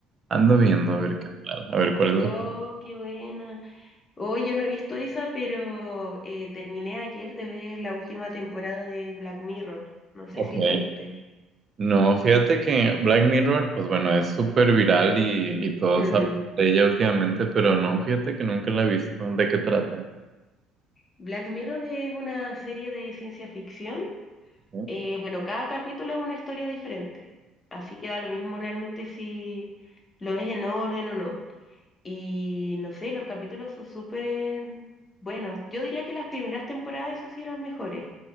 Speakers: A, on the right (about 40°); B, on the left (about 30°).
A: ando viendo a
B: Ujú.
A: ver qué tal, a ver cuál es la
B: Oh,
A: opinión.
B: qué buena. Oh, yo no he visto esa, pero eh, terminé ayer de ver la última temporada de Black Mirror. No sé
A: Ok.
B: si lo viste.
A: No, fíjate que Black Mirror, pues bueno, es súper viral y, y todos
B: Mm.
A: hablan de ella últimamente, pero no, fíjate que nunca la he visto, ¿de qué trata?
B: Black Mirror es una serie de ciencia ficción.
A: ¿Eh?
B: Eh, bueno, cada capítulo es una historia diferente. Así que da lo mismo realmente si lo ves en orden o no. Y no sé, los capítulos son súper buenos. Yo diría que las primeras temporadas, eso sí, eran mejores.